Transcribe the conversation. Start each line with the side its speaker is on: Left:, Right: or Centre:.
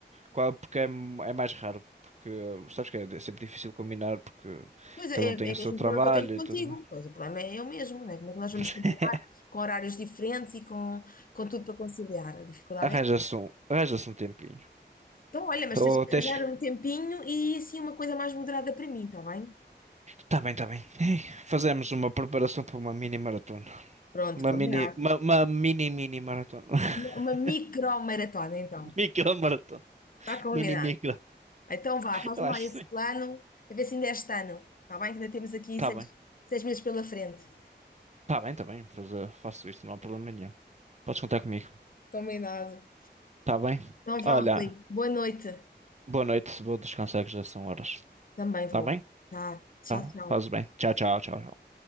Right: qua- porque é, é mais raro, porque sabes que é, é sempre difícil combinar, porque
Left: Pois
Right: cada
Left: é,
Right: um tem
Left: é
Right: o
Left: o
Right: seu
Left: mesmo
Right: trabalho
Left: problema que eu tenho contigo.
Right: e tudo mais.
Left: Pois o problema é o mesmo, não é? Como é que nós vamos
Right: <laughs>
Left: combinar com horários diferentes e com, com tudo para conciliar? A dificuldade
Right: Arranja-se
Left: é.
Right: um, arranja-se um tempinho.
Left: Então, olha, mas
Right: Ou
Left: tens que
Right: tens
Left: arranjar
Right: que.
Left: um tempinho e assim uma coisa mais moderada para mim, está bem?
Right: Tá bem, tá bem. <laughs> Fazemos uma preparação para uma mini maratona.
Left: Pronto,
Right: Uma
Left: combinado.
Right: mini, uma, uma mini, mini maratona. <laughs>
Left: Uma micro-maratona, então.
Right: Micro maratona.
Left: Está combinado.
Right: Mini, micro.
Left: Então vá, faz-me
Right: Eu acho
Left: lá esse
Right: que sim.
Left: plano, a ver se ainda é este ano, está bem? Que ainda temos aqui
Right: Tá
Left: seis,
Right: bem,
Left: seis meses pela frente.
Right: tá bem, tá bem. Fazer- faço isso, não há problema nenhum. Podes contar comigo.
Left: Combinado.
Right: Tá bem?
Left: Não vá,
Right: Olha,
Left: Rui. Boa noite.
Right: boa noite, vou descansar que já são horas.
Left: Também vou.
Right: Tá bem?
Left: Tá. Tchau,
Right: Tá,
Left: tchau.
Right: faz bem. Tchau, tchau, tchau.